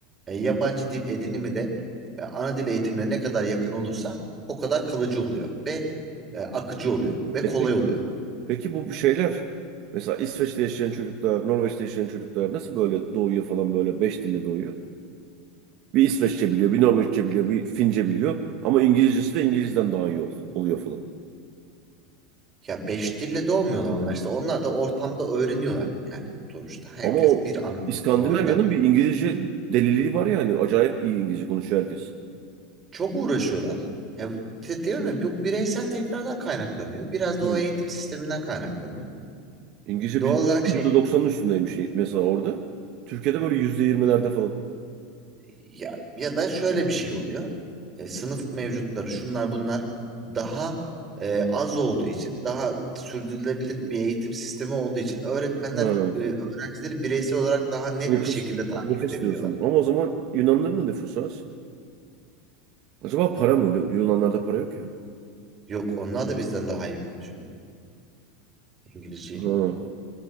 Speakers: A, on the right; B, on the right.
A: E, yabancı dil edinimi de e, ana dil eğitimine ne kadar yakın olursa o kadar kalıcı oluyor ve e, akıcı oluyor ve
B: E
A: kolay
B: peki
A: oluyor.
B: Peki bu bu şeyler mesela İsveç'te yaşayan çocuklar, Norveç'te yaşayan çocuklar nasıl böyle doğuyor falan böyle beş dille doğuyor? Bir İsveççe biliyor, bir Norveççe biliyor, bir Fince biliyor ama İngilizcesi de İngiliz'den daha iyi ol- oluyor falan.
A: Ya beş dille doğmuyorlar onlar işte. Onlar da ortamda öğreniyorlar yani sonuçta. Herkes
B: Ama o
A: bir ana dille
B: İskandinavya'nın
A: doğuyor da.
B: bir İngilizce deliliği var ya hani acayip iyi İngilizce konuşuyor herkes.
A: Çok uğraşıyorlar. Ya de- diyorum ya bu bireysel tekrardan kaynaklanıyor. Biraz da
B: Hı.
A: o eğitim sisteminden kaynaklanıyor.
B: İngilizce
A: Doğal
B: bilmiyorum
A: olarak
B: %90'ın
A: şey
B: üstündeymiş mesela orada. Türkiye'de böyle %20'lerde falan.
A: ya, ya da şöyle bir şey oluyor. E, sınıf mevcutları şunlar bunlar daha e, az olduğu için daha sürdürülebilir bir eğitim sistemi olduğu için öğretmenler
B: Ha.
A: e, öğrencileri bireysel olarak daha net
B: Nüfus.
A: bir şekilde takip
B: Nüfus
A: edebiliyorlar.
B: diyorsun. Ama o zaman Yunanların da nüfusu az. Acaba para mı? Yunanlarda para yok ya.
A: Yok onlar da bizden daha iyi konuşuyorlar. İngilizceyi.
B: Ha.